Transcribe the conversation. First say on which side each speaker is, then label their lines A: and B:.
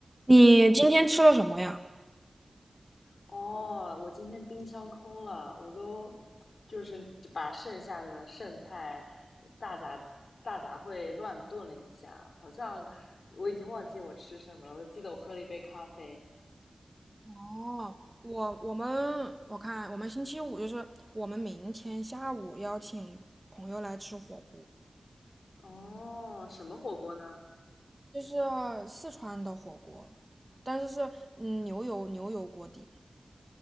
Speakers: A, on the right; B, on the left.
A: 你今天吃了什么呀？
B: 哦，我今天冰箱空了，我都就是把剩下的剩菜大杂大杂烩乱炖了一下，好像我已经忘记我吃什么了。我记得我喝了一杯咖啡。
A: 哦，我我们我看我们星期五就是我们明天下午邀请朋友来吃火锅，
B: 哦，什么火锅呢？
A: 就是四川的火锅，但是是嗯牛油牛油锅底。